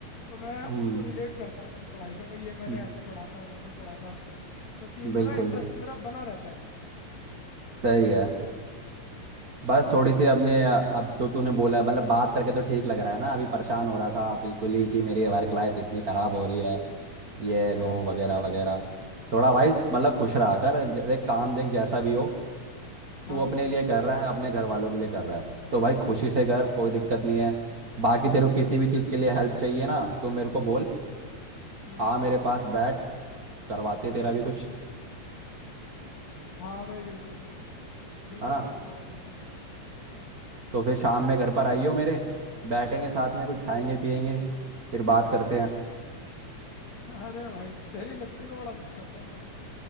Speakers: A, on the left; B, on the right.
A: तो मैं
B: हम्म
A: उनको
B: हम्म,
A: रिलेट करता हूँ अपनी पढ़ाई से भाई ये मैंने
B: हम्म,
A: ऐसे पढ़ा था वैसे पढ़ा था तो चीज़
B: हम्म,
A: में
B: बिल्कुल
A: ना इंटरेस्ट मेरा बना रहता है
B: सही है बस
A: हाँ
B: थोड़ी सी अपने अब जो तूने बोला है मतलब बात करके तो ठीक लग रहा है ना अभी परेशान हो रहा था बिल्कुल ही कि मेरी वर्क लाइफ इतनी खराब हो रही है ये
A: <laughs>
B: वो
A: हाँ
B: वगैरह वगैरह थोड़ा भाई मतलब खुश रहा कर ज- देख काम देख जैसा भी हो
A: हाँ
B: तू अपने लिए कर रहा है अपने घर वालों के लिए कर रहा है तो भाई खुशी से कर कोई दिक्कत नहीं है बाकी तेरे को किसी भी चीज़ के लिए हेल्प चाहिए ना तो मेरे को बोल
A: हम्म
B: आ मेरे पास बैठ करवाते
A: हम्म
B: तेरा भी कुछ
A: हाँ भाई बिल्कुल बिल्कुल
B: है ना
A: करूँगा भाई बिल्कुल
B: तो फिर शाम में घर पर आइयो मेरे बैठेंगे साथ में कुछ खाएंगे पियेंगे फिर बात करते हैं
A: अरे भाई तेरी लस्सी को बड़ा मिस करता हूँ मैं